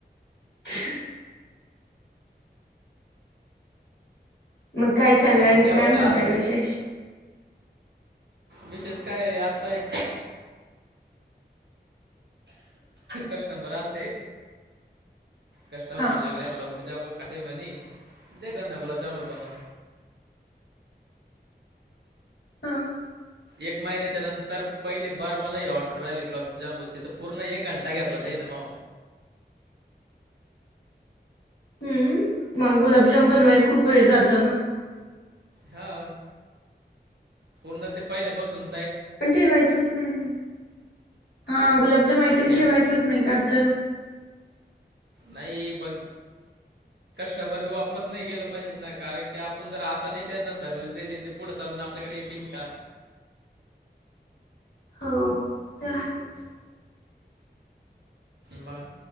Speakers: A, on the left (about 75°); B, on the right (about 80°).
A: ह. मग काय चाललंय
B: आता ते
A: आणि
B: देवाच्या
A: काय म्हणताय
B: हा-
A: विशेष?
B: विशेष काय आता एक. कस्टंबर आल ते कस्टमर
A: हा
B: मला लागला मला गुल जांबुल. कसे आहे म्हणी दे त्यांना गुलाबजाम बनून
A: हा.
B: एक महिन्याच्या नंतर पहिली बार मला ही ऑर्डर आहिली गुलाबजामनची तर पूर्ण एक घंटा घेतला त ना म.
A: हम्म मग गुलाबजाम बनवाय खूप वेळ जातो ना.
B: हा पूर्ण ते पहिल्या पासून.
A: पण ठेवायचच नाही ना हा गुलाबजाम आयटम
B: ठेव
A: ठेवायचच नाही का तर.
B: नाही पण कस्टमर बी वापस नाही गेलं पाहिजेत ना कारण की आपण जर आता नाही त्यांना सर्व्हिस दिली ते पुढ चालून आप पल्याकडे येेतील का?
A: हो ते आहेच.
B: बर